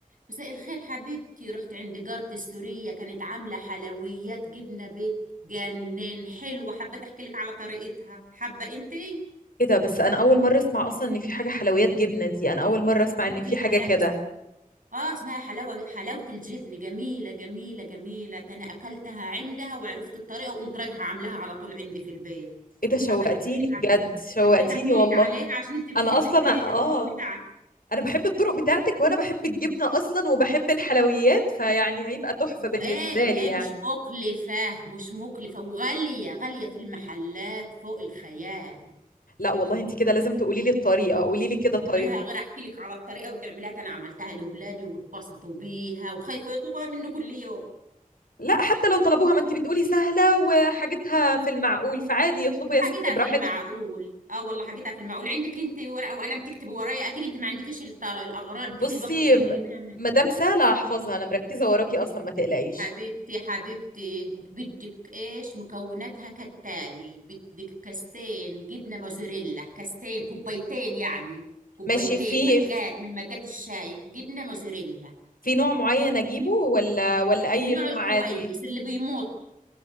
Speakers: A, on the right; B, on the left.
A: مساء الخير حبيبتي رحت عند جارتي السورية كانت عاملة حلويات جبنة بيت جنان حلوة حبيت احكي لك على طريقتها حابة انتي
B: ايه ده بس انا اول مره اسمع اصلا ان في حاجه حلويات جبنه دي انا اول مره اسمع
A: حبيبتي
B: ان في
A: حلا
B: حاجه كده
A: اس- اه اسمها حلاوة حلاوة الجبن جميلة جميلة جميلة ده انا اكلتها عندها وعرفت الطريقة وقمت رايحة عاملاها على طول عندي في البيت
B: ايه ده شوقتيني
A: حبيت احكي لك ع-
B: بجد شوقتيني
A: حبيت احكي لك
B: والله
A: عليها عشان انت بتحبي
B: انا اصلا
A: الت- الطرق
B: اه
A: بتاعتي
B: انا بحب الطرق بتاعتك وانا بحب الجبنه اصلا وبحب الحلويات فيعني هيبقى تحفه
A: وايه
B: بالنسبه لي
A: ايه
B: يعني
A: مش مكلفة مش مكلفة وغالية غالية في المحلات فوق الخيال
B: لا والله انت كده لازم تقولي لي الطريقه قولي لي كده
A: والله
B: طيب
A: غير احكي لك على الطريقه وتعملها انا عملتها لاولادي واتبسطوا بيها وخايفه يطلبوها منه كل يوم
B: لا حتى لو طلبوها ما انت بتقولي سهله وحاجتها في المعقول فعادي يطلبوا يا
A: حاجتها
B: ستي براحتهم
A: في المعقول اه والله حاجتها في المعقول عندك انت ورقه وقلم تكتب ورايا اكيد انت ما عندكيش الط- الاغراض
B: بصي
A: دي دلوقتي بدك
B: م-
A: تجيبيها من
B: مادام سهله هحفظها انا مركزه وراكي اصلا ما تقلقيش
A: حبيبتي حبيبتي بدك ايش مكوناتها كالتالي بدك كاستين جبنه موزاريلا كاستين كوبايتين يعني كوبايتين
B: ماشي في
A: مجات من مجات الشاي جبنه موزاريلا
B: في نوع معين اجيبه ولا ولا اي
A: النوع
B: نوع
A: الكويس
B: عادي
A: اللي بيمط